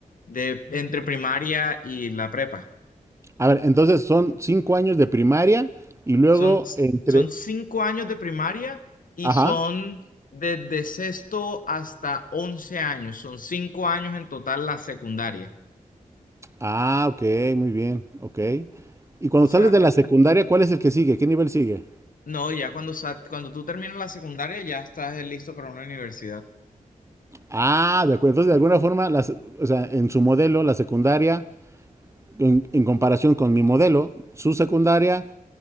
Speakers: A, on the left; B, on the right.
A: de entre primaria y la prepa.
B: A ver, entonces son cinco años de primaria y luego
A: Son,
B: entre...
A: son cinco años de primaria y
B: Ajá.
A: son desde sexto hasta once años. Son cinco años en total la secundaria.
B: Ah, ok, muy bien. Ok. Y cuando
A: O sea,
B: sales de la secundaria, ¿cuál es el que sigue? ¿Qué nivel sigue?
A: no, ya cuando, sa- cuando tú terminas la secundaria ya estás eh, listo para una universidad.
B: Ah, de acuerdo. Entonces, de alguna forma, las, o sea, en su modelo, la secundaria en, en comparación con mi modelo, su secundaria